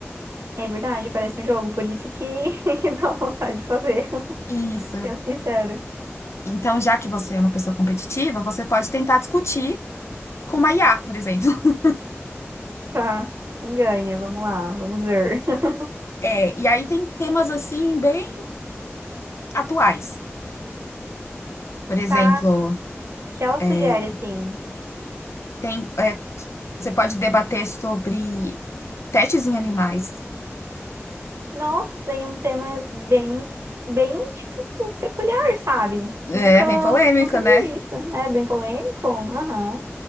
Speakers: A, on the right; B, on the left.
A: é verdade, parece um jogo, por isso que <laughs> que dá vontade de fazer, <laughs>
B: Isso.
A: sendo sincero.
B: Então, já que você é uma pessoa competitiva, você pode tentar discutir com uma IA, por exemplo. <laughs>
A: Tá, quem ganha? Vamos lá, vamos ver. <laughs>
B: É, e aí tem temas assim bem atuais. Por exemplo,
A: Tá, que ela
B: é,
A: sugere assim.
B: tem, é, você pode debater sobre testes em animais.
A: Nossa, isso daí é um tema bem, bem, tipo, peculiar, sabe?
B: É,
A: Nunca,
B: bem polêmico,
A: nunca
B: né?
A: vi isso. É bem polêmico? Aham.